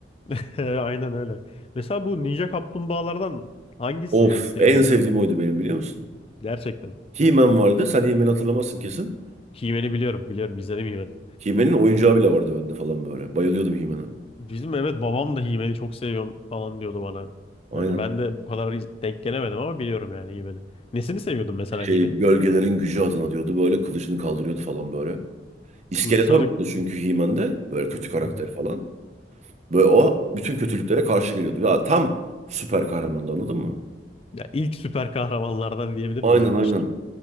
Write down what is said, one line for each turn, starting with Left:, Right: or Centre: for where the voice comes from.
Left: <laughs> Aynen öyle. Mesela bu Ninja Kaplumbağalardan hangisi
Right: Of
Left: en sevdiğinde?
Right: en sevdiğim oydu benim biliyor musun?
Left: Gerçekten.
Right: He-Man vardı. Sen He-Man'i hatırlamazsın kesin.
Left: He-Man'i biliyorum. Biliyorum izledim He-Man'i.
Right: He-Man'in oyuncağı bile vardı bende falan böyle. Bayılıyordum He-Man'a.
Left: Bizim evet babam da He-Man'i çok seviyorum falan diyordu bana.
Right: Aynen.
Left: Yani ben de bu kadar iz- denk gelemedim ama biliyorum yani He-Man'i. Nesini seviyordun mesela
Right: Şey
Left: He-Man'in?
Right: gölgelerin gücü adına diyordu. Böyle kılıcını kaldırıyordu falan böyle. İskeletor
Left: Bu sarı...
Right: vardı çünkü He-Man'de. Böyle kötü karakter
Left: Hı hı.
Right: falan. Böyle o bütün kötülüklere karşı geliyordu. Ya tam süper kahramandı anladın mı?
Left: Ya ilk süper kahramanlardan diyebilir
Right: Aynen
Left: miyiz onun
Right: aynen.
Left: için?